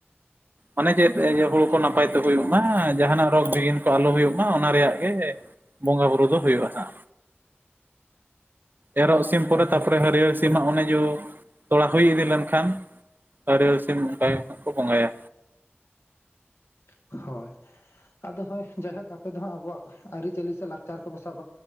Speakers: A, on the right (about 50°); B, on the left (about 80°).
A: ᱚᱱᱮ ᱪᱮᱫ ᱮ ᱡᱮ
B: ᱟᱪᱪᱷᱟ
A: ᱦᱩᱲᱩ ᱠᱚ ᱱᱟᱯᱟᱭ
B: ᱦᱳᱭ
A: ᱛᱮ ᱦᱳᱭᱳᱜ ᱢᱟ
B: ᱜᱮ
A: ᱡᱟᱦᱟ ᱱᱟᱜ ᱨᱳᱜ ᱵᱤᱜᱷᱤᱱ ᱠᱚ ᱟᱞᱚ ᱦᱳᱭᱳᱜ ᱢᱟ ᱚᱱᱟ ᱨᱮᱭᱟᱜ ᱜᱮ ᱵᱚᱸᱜᱟ ᱵᱩᱨᱩ ᱫᱚ ᱦᱩᱭᱩᱜᱼᱟ ᱦᱟᱸᱜ ᱮᱨᱚᱜ
B: ᱦᱳᱭ ᱱᱤᱦᱟᱹᱛ
A: ᱥᱤᱢ ᱯᱚᱨᱮ
B: ᱱᱟᱯᱟᱭ
A: ᱛᱟᱨᱯᱮ
B: ᱜᱮ
A: ᱦᱟᱹᱨᱭᱟ. ᱲ ᱥᱤᱢᱟᱜ ᱚᱱᱮ ᱡᱚ ᱛᱚᱲᱟ ᱦᱩᱭ ᱤᱫᱤ ᱞᱮᱱᱠᱷᱟᱱ ᱦᱟ. ᱨᱭᱟ. ᱲ ᱥᱤᱢ ᱚᱱᱠᱟ ᱠᱚ ᱵᱚᱸᱜᱟᱭᱟ
B: ᱦᱳᱭ ᱟᱫᱚ ᱦᱳᱭ ᱡᱟᱭ ᱦᱳᱠ ᱟᱯᱮ ᱫᱚ ᱦᱟᱸᱜ ᱟᱵᱚᱣᱟᱜ ᱟᱹᱨᱤ ᱪᱟᱹᱞᱤ ᱥᱮ ᱞᱟᱠᱪᱟᱨ ᱠᱚᱵᱚ ᱥᱟᱵ